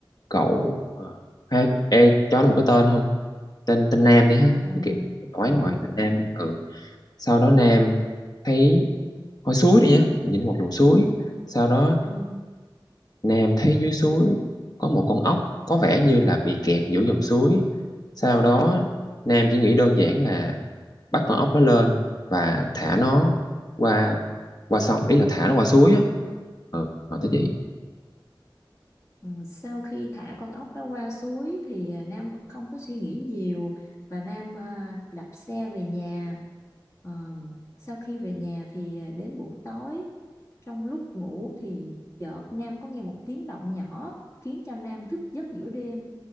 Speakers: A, on the left (about 50°); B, on the left (about 35°).
A: cậu ờ, ha, ê, cho nó một cái tên không tên tên Nam đi ha
B: Ờ,
A: chứ kiểu nói
B: ừ,
A: ngoài tên Nam đi ừ sau đó Nam thấy hồi suối đi nhá nhìn một dòng suối sau đó
B: ừ,
A: Nam thấy dưới suối có một con ốc có vẻ như là bị kẹt giữa dòng suối sau đó Nam chỉ nghĩ đơn giản là bắt con ốc đó lên và thả nó qua qua sông ý là thả nó qua suối á ừ hỏi
B: ừ, ừ.
A: tới chị
B: Ừ, Sau khi thả con ốc đó qua suối thì à, Nam vẫn không có suy nghĩ nhiều và Nam à, đạp xe về nhà. Ờm, sau khi về nhà thì à, đến buổi tối trong lúc ngủ thì chợt Nam có nghe một tiếng động nhỏ khiến cho Nam thức giấc giữa đêm